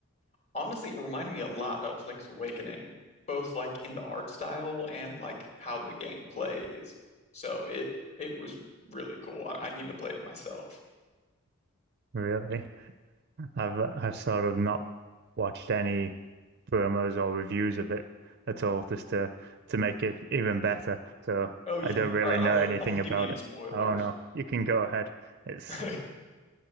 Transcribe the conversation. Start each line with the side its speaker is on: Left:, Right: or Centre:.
Left: honestly, it reminded me a lot of Link's Awakening, both like in the art style and like how the game plays. So it it was really cool. I, I need to play it myself.
Right: really? I've I've sort of not watched any promos or reviews of it at all, just to to make it even better. So
Left: Oh yeah.
Right: I don't really
Left: All right.
Right: know
Left: I won't
Right: anything
Left: I won't
Right: about
Left: give you any
Right: it.
Left: spoilers.
Right: Oh no, you can go ahead.
Left: <laughs>
Right: It's
Left: I